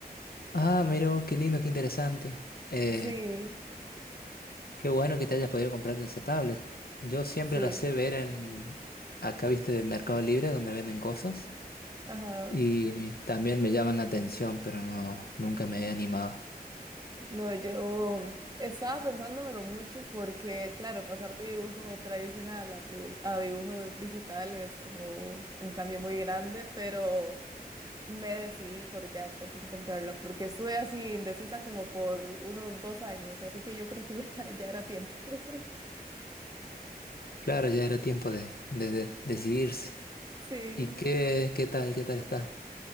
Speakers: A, on the left; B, on the right.
A: Ah, mira, vos, qué lindo, qué interesante. Eh,
B: Sí,
A: qué bueno que te hayas podido comprar esa tablet. Yo siempre
B: sí.
A: la sé ver en, acá viste, de Mercado Libre, donde venden cosas.
B: Ajá.
A: Y también me llaman la atención, pero no, nunca me he animado.
B: No, yo estaba pensándomelo mucho porque, claro, pasar de dibujo tradicional a, tribu- a dibujo digital es como un cambio muy grande, pero... me decidí por ya por fin comprarla, porque estuve así indecisa como por unos dos años, así que yo creo que ya, <laughs> ya era tiempo. <laughs>
A: Claro, ya era tiempo de, de- de decidirse.
B: Sí,
A: ¿Y qué, qué tal, qué tal está?